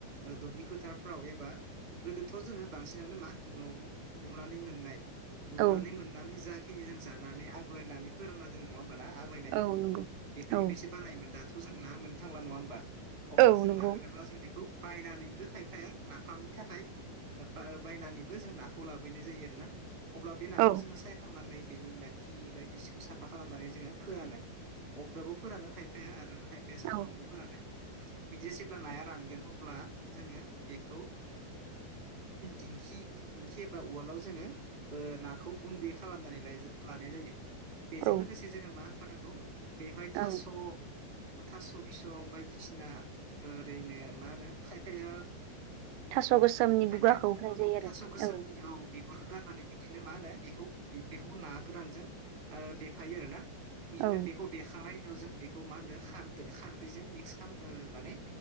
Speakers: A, on the right; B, on the right.
A: ओ दुब्लि फोथारफ्राव एबा गोदोथ' जोङो बांसिनानो मा न'आव गुरनानै मोननाय गुरनानै
B: औ
A: मोननानै जाखिनि जों जानानै आग्लायनानै फोरानना दोनो नङा होमबाना आग्लाय नायफोरखौ
B: औ नंगौ
A: बेफोरनिफ्रायसो
B: औ
A: बानायोमोन दाथ' जों ना मोननो थांला नङा होमबा अब्ला
B: औ
A: जों
B: नंगौ
A: ना मोनाब्ला जों बेखौ बायनानैबो खायफाया नाफामनि थाखाय बायनानैबो जों नाखौ लाबोननाय जायो आरो ना अब्ला बे नाखौ
B: औ
A: जोङो सायखांनानै बेनि ना खि बायदिसिखौ साफा खालामनानै जोङो फोरानो अगदाबव फोरानो खायफाया आरो खायफाया सानदुङावबो
B: औ
A: फोरानो बिदि जेब्ला नाया रानगोन अब्ला जोङो बेखौ दिंखि दिंखि एबा उवालाव जोङो ओ नाखौ गुन्दै खालामनानै लानाय जायो बेजों
B: औ
A: लोगोसे जोङो मा होफानांगौ बेवहाय थास'
B: औ
A: थास' बिसं बायदिसिना बसिना ओरैनो मा होनो खायफाया
B: थास' गोसोमनि
A: खायफाया
B: बुगाखौ
A: गुबुन
B: होनाय
A: दाव
B: जायो
A: थास' गोसोमनि
B: आरो
A: औ बिगुरखौ गारनानै बिदिनो मा होनो बेखौ बेखौ ना गोरानजों आरो देफायो आर ना बिदिनो
B: औ
A: बेखौ देखांनायनि उनाव जों बेखौ मा होनदों‌ खारदै खारदैजों मिक्स खालामनो माने